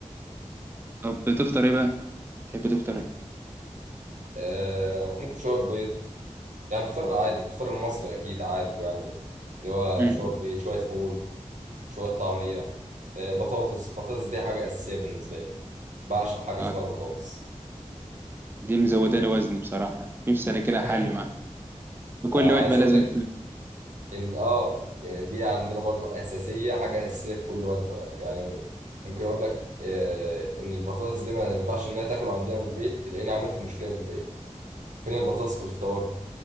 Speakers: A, on the right (about 15°); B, on the right (about 80°).
A: طب بتفطر إيه بقى؟ تحب تفطر إيه؟
B: آه ممكن شوية بيض يعني الفطار العادي الفطار المصري أكيد عارفه يعني اللي هو
A: مم.
B: شوية بيض شوية فول شوية طعمية آه بطاطس بطاطس دي حاجة أساسية بالنسبة لي بعشق حاجة
A: آه،
B: اسمها البطاطس
A: دي مزودة لي وزني بصراحة نفسي أنا كده
B: <laughs>
A: حل معاها في كل
B: آه
A: وجبة
B: عايز أقول
A: لازم
B: لك إن آه آه، دي عندنا برضو أساسية حاجة أساسية في كل وجبة يعني ممكن أقول لك آه إن البطاطس دي ما ينفعش إنها تاكله عندنا من البيت تلاقيني عملت مشكلة في البيت فين البطاطس في الفطار